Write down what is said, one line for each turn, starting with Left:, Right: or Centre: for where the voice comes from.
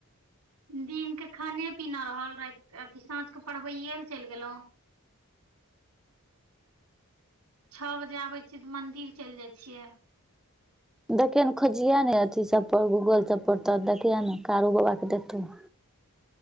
Right: दिन के खाने-पीना रहल राति, अथी साँझ के पढ़बयए ले चलि गेलहुँ। छऽ बजे आबे छियै तऽ मंदिर चलि जाइ छियै।
Centre: देखियै ने खोजिहे ने अथी सब पर, गूगल सब पर तऽ देखियै ने कारू बाबा के देतौ।